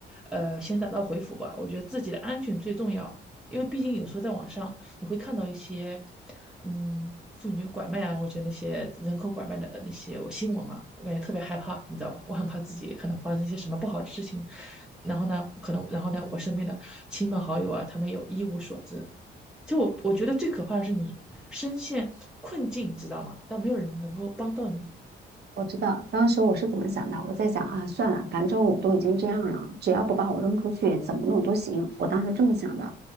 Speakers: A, in the centre; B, on the right.
A: 呃，先打道回府吧。我觉得自己的安全最重要，因为毕竟有时候在网上你会看到一些，嗯，妇女拐卖啊，我觉得那些人口拐卖的呃那些我新闻嘛，我感觉特别害怕，你知道吧？我很怕自己可能发生一些什么不好的事情，然后呢，可能然后呢，我身边的亲朋好友啊，他们有一无所知。就我我觉得最可怕的是你深陷困境，你知道吗？但没有人能够帮到你，
B: 我知道当时我是怎么想的，我在想啊，算了，反正我都已经这样了，只要不把我扔出去，怎么弄都行。我当时这么想的。